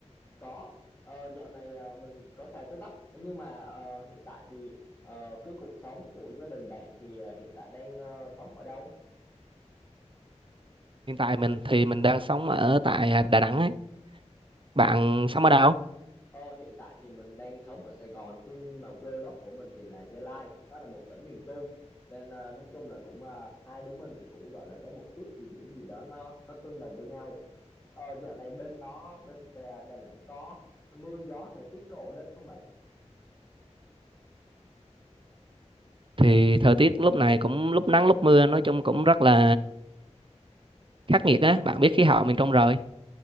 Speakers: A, on the left; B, on the right.
A: có ờ, dạo này ờ, mình có xài TikTok nhưng mà ờ, hiện tại thì ờ, cái cuộc sống của gia đình bạn thì ờ, hiện tại đang ờ, sống ở đâu
B: Hiện tại mình thì mình đang sống ở tại à, Đà Nẵng ấy. Bạn sống ở đâu?
A: Ờ, hiện tại thì mình đang sống ở Sài Gòn, tuy nhiên mà quê gốc của mình thì là Gia Lai, nó là một tỉnh miền Trung. Nên ờ, nói chung là cũng ờ, hai đứa mình thì cũng gọi là có một chút gì điểm gì đó nó nó tương đồng với nhau. Ờ, dạo này bên đó bên xe Đà Nẵng có mưa gió thời tiết có ổn định không bạn?
B: Thì thời tiết lúc này cũng lúc nắng lúc mưa nói chung cũng rất là khắc nghiệt á. Bạn biết khí hậu miền Trung rồi.